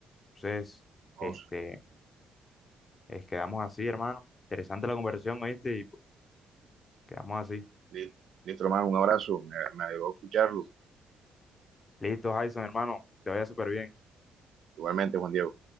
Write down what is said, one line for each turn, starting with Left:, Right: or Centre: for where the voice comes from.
Left: Entonces,
Right: ¿no?
Left: este, es, quedamos así, hermano. Interesante la conversación, ¿oíste? Y pues, quedamos así.
Right: li- Listo, hermano, un abrazo, me, me alegró escucharlo.
Left: Listo, Jason, hermano, te vaya súper bien.
Right: Igualmente, Juan Diego.